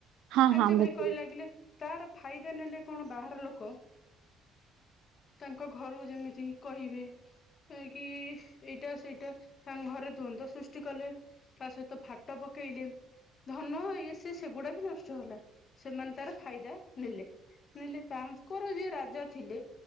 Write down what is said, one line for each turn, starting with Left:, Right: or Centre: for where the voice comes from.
Right: ହଁ
Left: ପାଞ୍ଚ
Right: ହଁ ବୁଝିଲି
Left: ଭାଇ କଳି ଲାଗିଲେ ତାର ଫାଇଦା ନେଲେ କଣ ବାହାର ଲୋକ ତାଙ୍କ ଘରୁ ଯେମିତି ତି କହିବେ ଯାଇକି ଏଇଟା ସେଇଟା ତାଙ୍କ ଘରେ ଦ୍ଵନ୍ଦ୍ୱ ସୃଷ୍ଟି କଲେ। ତା ସହିତ ଫାଟ ପକେଇଲେ ଧନ ଇଏ ସେ ସେଗୁଡ଼ା ବି ନଷ୍ଟ ହେଲା। ସେମାନେ ତାର ଫାଇଦା ନେଲେ। ନେଲେ ତାଙ୍କର ଯିଏ ରାଜା ଥିଲେ